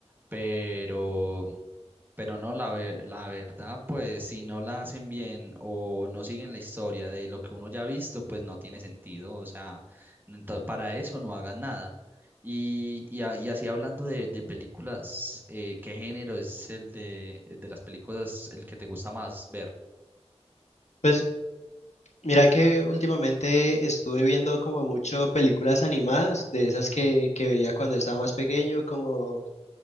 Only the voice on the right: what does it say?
Pero, pero no, la, ve la verdad pues si no la hacen bien o no siguen la historia de lo que uno ya ha visto pues no tiene sentido. O sea, entonces para eso no hagan nada. Y, y, a- y así hablando de, de películas, eh, ¿qué género es el de, de las películas el que te gusta más ver?